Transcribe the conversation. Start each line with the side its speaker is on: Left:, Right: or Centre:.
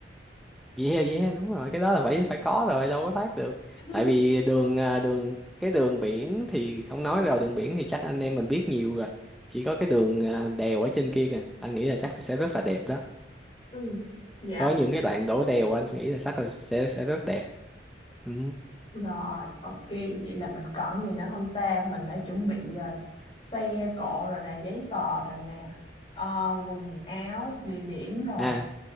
Centre: yeah yeah đúng rồi cái đó là phải phải có rồi đâu có thoát được
Left: <laughs>
Centre: tại vì đường à, đường cái đường biển thì không nói rồi đường biển thì chắc anh em mình biết nhiều rồi chỉ có cái đường à, đèo ở trên kia kìa anh nghĩ là chắc sẽ rất là đẹp đó
Left: Ừ. Dạ.
Centre: có những cái đoạn đổ đèo anh nghĩ là chắc là sẽ sẽ rất đẹp ừ.
Left: Rồi, ok, vậy là mình còn gì nữa không ta? Mình đã chuẩn bị ờ, xe cộ rồi nè, giấy tờ rồi nè, ờ, quần áo, địa điểm rồi.
Centre: à